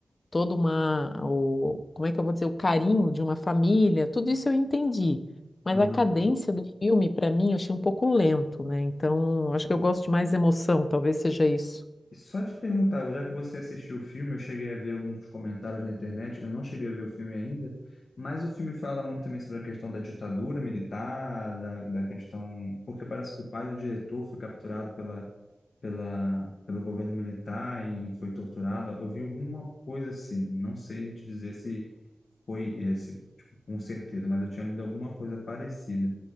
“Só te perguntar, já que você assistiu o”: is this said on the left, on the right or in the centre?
Left